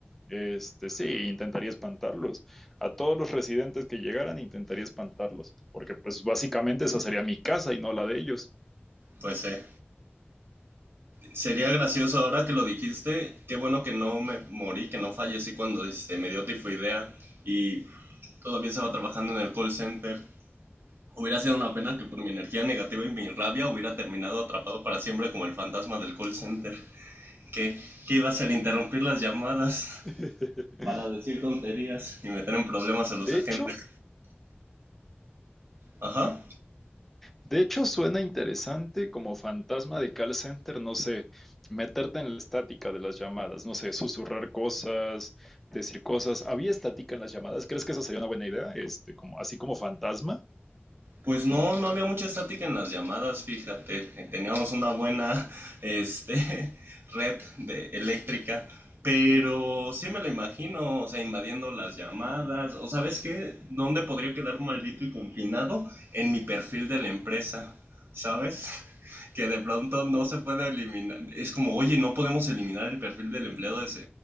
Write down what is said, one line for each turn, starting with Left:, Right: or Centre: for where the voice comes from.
Centre: este, sí, intentaría espantarlos. A todos los residentes que llegaran, intentaría espantarlos, porque pues básicamente esa sería mi casa y no la de ellos.
Right: Pues eh, sería gracioso ahora que lo dijiste. Qué bueno que no me morí, que no fallecí cuando este, me dio tifoidea y todavía estaba trabajando en el call center. Hubiera sido una pena que por mi energía negativa y mi rabia hubiera terminado atrapado para siempre como el fantasma del call center. Que, que iba a hacer interrumpir las llamadas
Centre: <laughs>
Right: para decir tonterías y meter en problemas a los
Centre: De
Right: agentes.
Centre: hecho,
Right: Ajá.
Centre: de hecho suena interesante como fantasma de call center, no sé, meterte en la estática de las llamadas, no sé, susurrar cosas, decir cosas. ¿Había estática en las llamadas? ¿Crees que esa sería una buena idea? Este, como, así como fantasma.
Right: Pues no, no había mucha estática en las llamadas, fíjate. Teníamos una buena, este, <laughs> red de eléctrica. Pero sí me lo imagino, o sea, invadiendo las llamadas. O sabes qué, ¿dónde podría quedar maldito y confinado? En mi perfil de la empresa, ¿sabes? <laughs> Que de pronto no se puede eliminar. Es como, oye, no podemos eliminar el perfil del empleado, des-